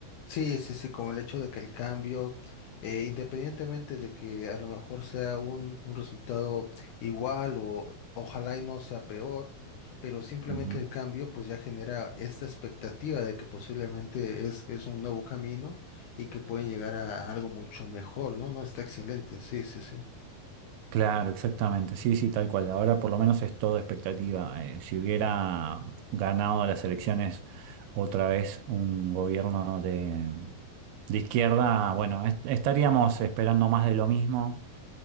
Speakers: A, on the left; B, on the right.
A: Sí, sí, sí, como el hecho de que el cambio, eh, independientemente de que a lo mejor sea un, un resultado igual o ojalá y no sea peor, pero simplemente
B: Ujú.
A: el cambio pues ya genera esta expectativa de que posiblemente es, es un nuevo camino y que pueden llegar a algo mucho mejor, ¿no? No, está excelente, sí, sí, sí.
B: Claro, exactamente. Sí, sí, tal cual. Ahora por lo menos es todo expectativa. Eh, si hubiera ganado las elecciones otra vez un gobierno de, de izquierda, bueno, est- estaríamos esperando más de lo mismo.